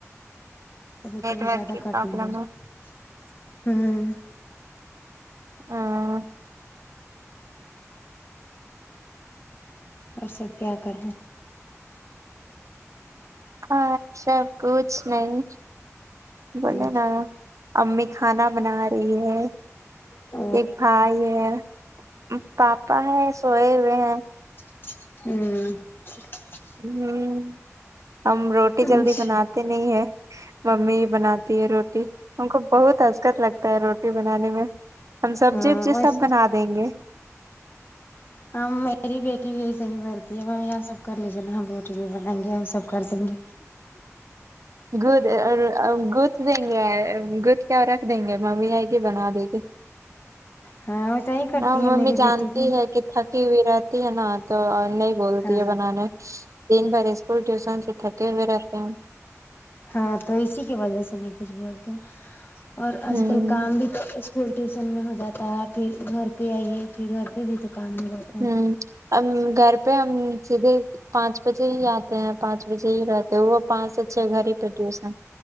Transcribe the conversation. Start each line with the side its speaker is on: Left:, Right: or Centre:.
Left: کبھی
Right: نیٹ
Left: کبھی
Right: ورک
Left: زیادہ
Right: کی
Left: کٹ
Right: پرابلم
Left: نہیں لگا ہوں
Right: اں
Left: اور سب کیا کرے
Right: ہاں سب کچھ نہیں بولے
Left: ہ
Right: نا امی کھانا بنا رہی ہے
Left: ہ
Right: ایک بھائی ہے پاپا ہے سوئے ہوئے ہیں
Left: ہوں
Right: ہوں ہم روٹی
Left: اچھا
Right: جلدی بنا تی نہیں ہے ممی ہی بناتی ہے روٹی ہم کو بہت ہچکت لگتا ہے روٹی بنانے میں ہم سبزی
Left: ہاں
Right: وبزی
Left: ویسے
Right: سب بنا دیں گے
Left: ہم میری بیٹی بھی ایسے ہی بولتی ہے ممی یہ سب کر لیجیے نا ہم روٹی نہیں بنائیں گے ہم سب کر دیں گے
Right: گود گودھ دیں گے گتھ کے رکھ دیں گے ممی آئے گی بنا دے گی
Left: ہاں ویسے ہی کرتی
Right: نہ
Left: ہے
Right: ممی
Left: میری
Right: جانتی
Left: بیٹی بھی
Right: ہے کہ تھکی ہوئی رہتی ہے نا تو نہیں بولتی
Left: ہاں
Right: ہے بنانے دن بھر اسکول ٹیوشن سے تھکے ہوئے رہتے ہیں
Left: ہاں تو اسی کی وجہ سے نہیں کچھ بولتے اور آج
Right: ہوں
Left: کل کام بھی تو اسکول ٹیوشن میں ہو جاتا ہے پھر گھر پہ آئیے پھر گھر پہ بھی تو کام نہیں ہوتا
Right: ہمم ہم گھر پہ ہم سیدھے پانچ بجے ہی آتے ہیں پانچ بجے ہی رہ وہ پانچ سے چھ گھر ہی پر ہےٹیوشن